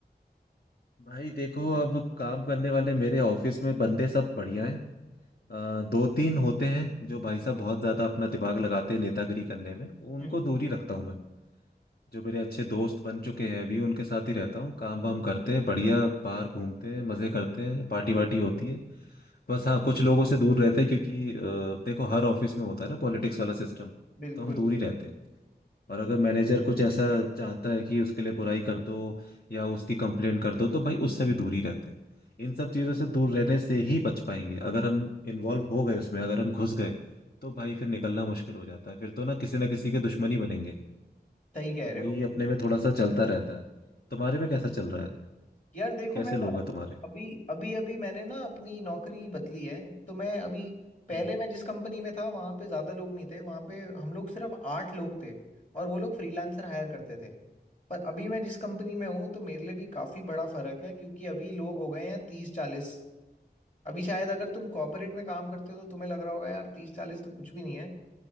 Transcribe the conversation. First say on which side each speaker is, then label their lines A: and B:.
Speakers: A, on the left (about 60°); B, on the left (about 45°).
A: भाई देखो अब काम करने वाले मेरे ऑफिस में बंदे सब बढ़िया हैं अ, दो तीन होते हैं जो भाई साहब बहुत ज्यादा अपना दिमाग लगाते हैं नेतागिरी करने में उनको
B: हम्म।
A: दूरी रखता हूँ मैं जो मेरे अच्छे दोस्त बन चुके हैं अभी उनके साथ ही रहता हूँ काम वाम करते हैं बढ़िया बाहर घूमते हैं मजे करते हैं पार्टी वार्टी होती है बस हाँ कुछ लोगों से दूर रहते हैं क्योंकि अ, देखो हर ऑफिस में होता है ना पॉलिटिक्स वाला सिस्टम
B: बिल्कुल
A: तो हम दूर ही रहते हैं और अगर मैनेजर कुछ ऐसा चाहता है कि उसके लिए बुराई कर दो या उसकी कंप्लेंट कर दो तो भाई उससे भी दूर ही रहते हैं इन सब चीजों से दूर रहने से ही बच पाएंगे अगर हम इन्वॉल्व हो गए उसमें अगर हम घुस गए तो भाई फिर निकलना मुश्किल हो जाता है फिर तो ना किसी ना किसी के दुश्मनी बनेंगे
B: सही कह
A: तो
B: रहे
A: वही
B: हो
A: अपने में थोड़ा सा चलता रहता है तुम्हारे में कैसा चल रहा है
B: यार देखो
A: कैसे
B: मैं
A: लोग हैं तुम्हारे
B: अभी अभी अभी मैंने ना अपनी नौकरी बदली है तो मैं अभी पहले
A: हम्म
B: मैं जिस कंपनी में था वहां पे ज्यादा लोग नहीं थे वहां पे हम लोग सिर्फ आठ लोग थे और वो लोग फ्रीलांसर हायर करते थे पर अभी मैं जिस कंपनी में हूँ तो मेरे लिए भी काफी बड़ा फर्क है क्योंकि अभी लोग हो गए हैं तीस चालीस अभी शायद अगर तुम कॉर्पोरेट में काम करते हो तो तुम्हें लग रहा होगा यार तीस चालीस तो कुछ भी नहीं है